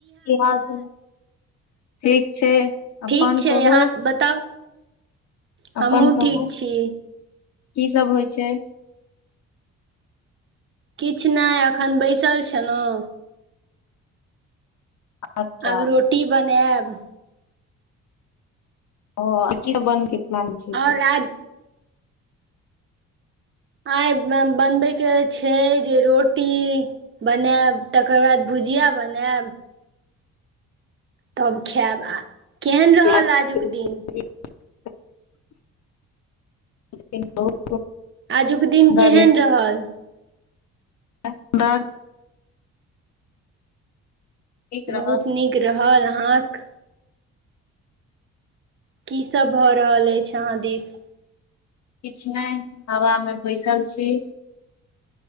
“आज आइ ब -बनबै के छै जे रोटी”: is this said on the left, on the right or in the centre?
Right